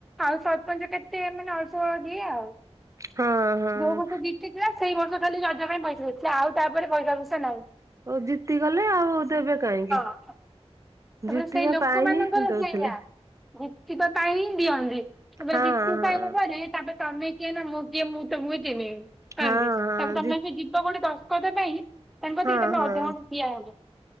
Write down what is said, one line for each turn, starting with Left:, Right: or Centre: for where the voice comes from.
Centre: ଆଉ ସରପଞ୍ଚ କେତେ! ମାନେ ଅଳ୍ପ ଦିଏ ଆଉ।
Right: ହଁ ହଁ।
Centre: ଯୋଉ ବର୍ଷ ଜି ତି ଥିଲା। ସେଇ ବର୍ଷ ଖାଲି ରଜ ପାଇଁ ପଇସା ଦେଇଥିଲା। ଆଉ, ତା'ପରେ ପଇସା ଫଇସା ନାହିଁ।
Right: ଓ, ଜିତିଗଲେ ଆଉ ଦେବେ କାହିଁକି?
Centre: ହଁ। ତା'ପରେ
Right: ଜିତିବା
Centre: ସେଇ ଲୋକ
Right: ପାଇଁ
Centre: ମାନଙ୍କର
Right: ହିଁ ଦଉଥିଲେ।
Centre: ସେଇଆ। ଜିତିବା ପାଇଁ ହିଁ ଦିଅନ୍ତି। ତା'ପରେ
Right: ହଁ
Centre: ଜିତି
Right: ହଁ
Centre: ସାଇଲା ପରେ, ତା'ପରେ ତମେ କିଏ ନା ମୁଁ କିଏ? ମୁଁ ତୁମକୁ ଚିହ୍ନିନି
Right: ହଁ
Centre: ଏମିତି। ତା'ପରେ
Right: ହଁ
Centre: ତମେ
Right: ଜି
Centre: ବି ଯିବ୍ ତ ଗୋଟେ ଦସ୍ତଖତ ପାଇଁ ତାଙ୍କତିକି
Right: ହଁ
Centre: ତମେ
Right: ହଁ
Centre: ଅଧଘଣ୍ଟେ ଠିଆ ହବ।